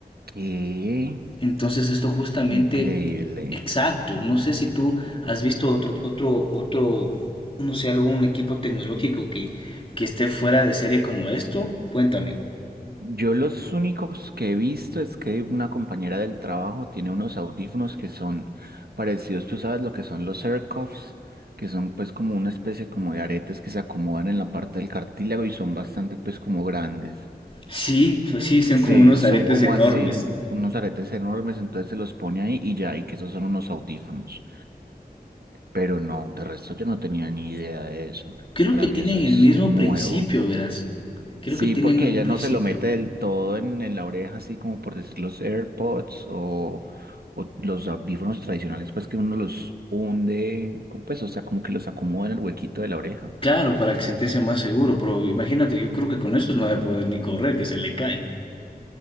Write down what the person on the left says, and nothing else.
Entonces esto justamente
exacto, no sé si tú has visto otro otro otro no sé algún equipo tecnológico que que esté fuera de serie como esto, cuéntame.
Sí, pues sí, son
como unos
aretes
enormes.
Creo
que tienen
el mismo
principio, verás. Creo
que tienen
un
principio.
Claro, para que sentirse más seguro, pero imagínate, yo creo que con esos no va a poder ni correr, que se le caen.